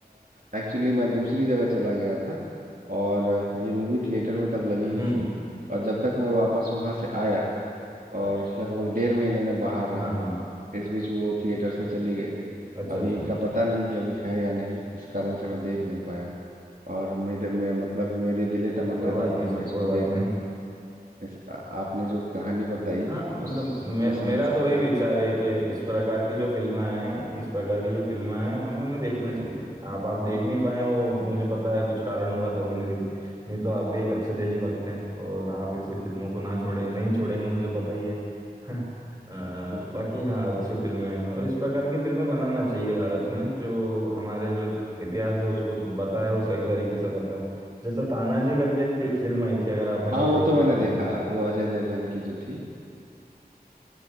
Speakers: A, on the right (about 60°); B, on the right (about 25°).
A: एक्चुअली मैं दूसरी जगह चला गया था और अ, ये मूवी थिएटर में तब लगी ही
B: हम्म
A: थी और जब तक मैं वापस वहाँ से आया और
B: हाँ
A: लगभग डेढ़ महीने में बाहर रहा
B: हाँ हाँ।
A: इस बीच वो थिएटर से चली गई
B: अच्छा
A: अभी
B: अच्छा
A: का पता नहीं कि अभी है या नहीं इस कारण
B: अरे,
A: से मैं देख नहीं पाया और मेरे मेरा मतलब मेरी दिले तमन्ना
B: कोई बात
A: थी कि
B: नहीं
A: मैं
B: सर
A: इसको
B: कोई
A: देखूं
B: बात नहीं
A: इस आ- आपने जो कहानी बताई
B: हाँ मतलब
A: उसको
B: मे,
A: मैं समझ
B: मेरा
A: सकता
B: तो वही
A: हूँ
B: विचार है कि इस प्रकार की जो फिल्में हैं इस प्रकार की जो फिल्में हैं हमें उन्हें देखना चाहिए आप आप देख नहीं पाए वो मुझे पता है कुछ कारण होगा तभी नहीं देखी नहीं तो आप भी एक अच्छे देशभक्त हैं और आप
A: बिल्कुल
B: ऐसी फिल्मों को ना छोड़ें नहीं छोड़ेंगे मुझे पता ही है <laughs> अ,
A: बिल्कुल।
B: बाकी हाँ अच्छी फिल्में हैं और इस प्रकार की फिल्में बनाना चाहिए भारत में जो हमारे जो इतिहास है उसको बताए और सही तरीके से बताए जैसे तानाजी करके एक फि- फिल्म आई थी अगर आपने
A: हाँ
B: कभी
A: वो
B: देखी
A: तो मैंने
B: हो
A: देखा
B: तो
A: वो अजय देवगन की जो थी